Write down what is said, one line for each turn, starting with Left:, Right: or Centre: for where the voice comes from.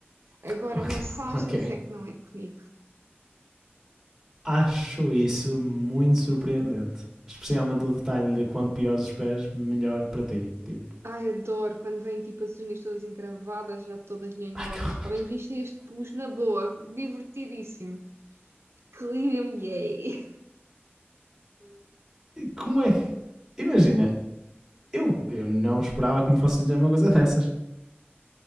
Right: Agora,
Centre: Ok.
Right: massagens
Centre: <laughs> Ok.
Right: é que não é comigo.
Centre: Acho isso muito surpreendente. Especialmente o detalhe de quanto piores os pés, melhor para ti. Tipo,
Right: Ai, adoro quando vêm tipo as unhas todas encravadas, já todas nhanhosas.
Centre: Ai, <laughs>
Right: Podem vestir este pus na boa, divertidíssimo. Clean and yay.
Centre: como é que. Imagina, eu, eu não esperava que me fosse dizer uma coisa dessas.